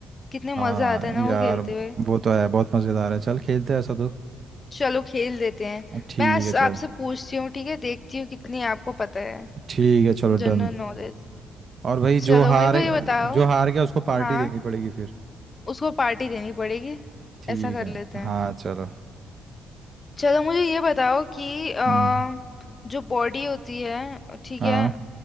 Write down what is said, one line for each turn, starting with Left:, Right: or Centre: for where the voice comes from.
Left: कितने
Right: हाँ
Left: मजा आता है ना
Right: यार
Left: वो खेलते हुए
Right: वो तो है बहुत मज़ेदार है चल खेलते हैं ऐसा तो
Left: चलो खेल देते हैं
Right: ठीक
Left: मैं आज
Right: है
Left: आपसे
Right: चल
Left: पूछती हूँ ठीक है देखती हूँ कितनी आपको पता है
Right: ठीक है चलो
Left: General
Right: डन
Left: knowledge
Right: और भाई
Left: चलो
Right: जो हार
Left: मेरे को ये बताओ
Right: जो हार गया उसको पार्टी
Left: हाँ
Right: देनी पड़ेगी फिर
Left: उसको पार्टी देनी पड़ेगी
Right: ठीक
Left: ऐसा कर
Right: है
Left: लेते हैं
Right: हाँ चलो
Left: चलो मुझे ये बताओ कि अ,
Right: हम्म
Left: जो बॉडी होती है ठीक
Right: हाँ
Left: है